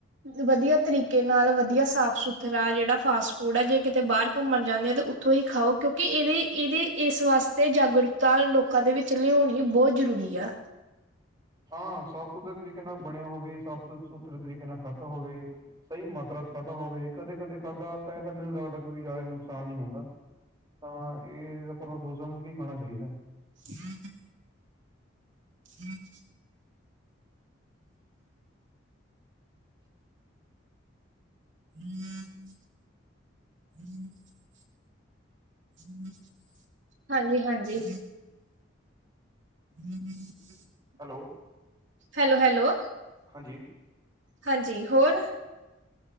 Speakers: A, on the right (about 70°); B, on the right (about 20°).
A: ਵਧੀਆ ਤਰੀਕੇ ਨਾਲ ਵਧੀਆ ਸਾਫ ਸੁਥਰਾ ਜਿਹੜਾ ਫਾਸਟ ਫੂਡ ਹੈ ਜੇ ਕਿਤੇ ਬਾਹਰ ਘੁੰਮਣ ਜਾਂਦੇ ਆ ਤਾਂ ਤੁ ਹੀ ਖਾਓ ਕਿਉਂਕਿ ਇਹਦੇ-ਇਹਦੇ ਇਸ ਵਾਸਤੇ ਜਾਗਰੂਕਤਾ ਲੋਕਾਂ ਦੇ ਵਿੱਚ ਲਿਆਉਣੀ ਬਹੁਤ ਜ਼ਰੂਰੀ ਆ
B: ਹਾਂ ਸਾਫ਼ ਸੁਥਰੇ ਤਰੀਕੇ ਨਾਲ ਬਣਿਆ ਹੋਵੇ ਸਾਫ਼ ਸੁਥਰੇ ਤਰੀਕੇ ਨਾਲ ਖਾਧਾ ਹੋਵੇ ਸਹੀ ਮਾਤਰਾ ਚ ਖਾਧਾ ਹੋਵੇ ਕਦੇ ਕਦੇ ਖਾਧਾ ਤਾਂ ਇਹ ਤਾਂ ਮੈਨੂੰ ਲੱਗਦਾ ਕਿਉਂਕਿ ਜ਼ਿਆਦਾ ਨੁਕਸਾਨ ਨਹੀਂ ਹੁੰਦਾ ਤਾਂ ਇਹ ਆਪਾਂ ਨੂੰ ਸੋਚ ਸਮਝ ਕੇ ਖਾਣਾ ਚਾਹੀਦਾ
A: ਹੂੰ ਹਮ ਹੂੰ ਹਮ ਹਮ <unintelligible> ਹਾਂਜੀ ਹਾਂਜੀ ਹਮ <unintelligible>
B: ਹੈਲੋ
A: ਹੈਲੋ ਹੈਲੋ
B: ਹਾਂਜੀ
A: ਹਾਂਜੀ ਹੋਰ